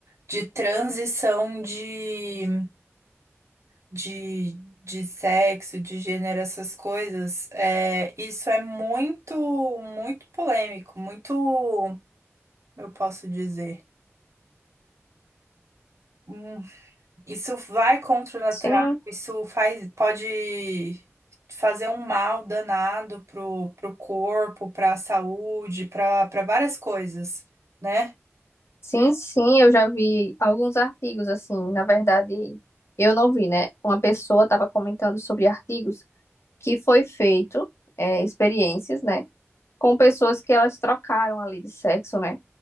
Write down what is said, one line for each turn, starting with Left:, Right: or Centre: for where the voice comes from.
Right: de transição de, de, de sexo, de gênero, essas coisas. É, isso é muito, muito polêmico, muito, eu posso dizer. um Isso vai contra o natural,
Left: Sim,
Right: isso faz, pode fazer um mal danado pro, pro corpo, pra saúde, pra, pra várias coisas, né?
Left: sim, sim, eu já vi alguns artigos assim, na verdade, eu não vi, né? Uma pessoa estava comentando sobre artigos que foi feito, é, experiências, né? Com pessoas que elas trocaram ali de sexo, né?